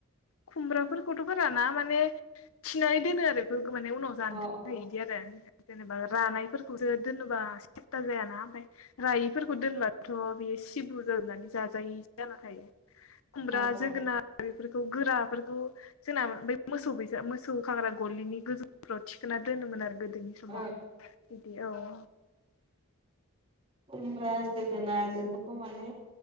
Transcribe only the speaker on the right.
अ
अ
अ
अ ओ
ओ
खुमब्रा जोगोनार आरो बेफोरखौ माने